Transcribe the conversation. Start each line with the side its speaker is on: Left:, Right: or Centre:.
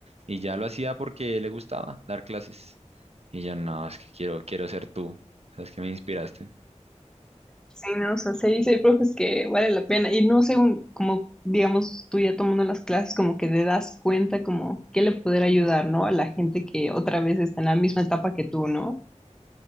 Right: y ya lo hacía porque le gustaba dar clases. Y yo, no, es que quiero, quiero ser tú, sabes que me inspiraste.
Centre: Sí, no, o sea, sí, sí hay profes que vale la pena. Y no sé, un- como digamos, tú ya tomando las clases, como que te das cuenta como que le poder ayudar, ¿no? A la gente que otra vez está en la misma etapa que tú, ¿no?